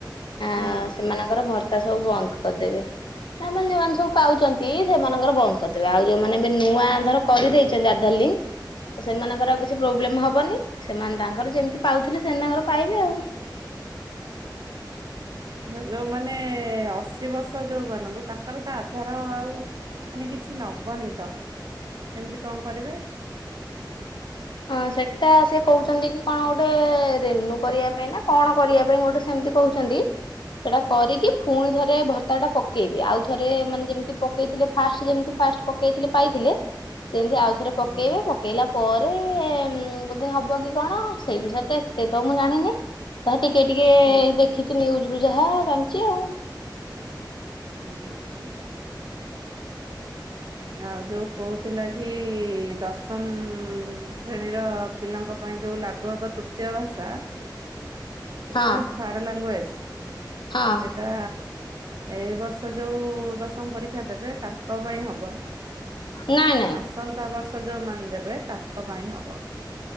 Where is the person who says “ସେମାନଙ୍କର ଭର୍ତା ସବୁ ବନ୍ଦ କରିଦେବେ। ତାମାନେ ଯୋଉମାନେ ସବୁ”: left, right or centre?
Left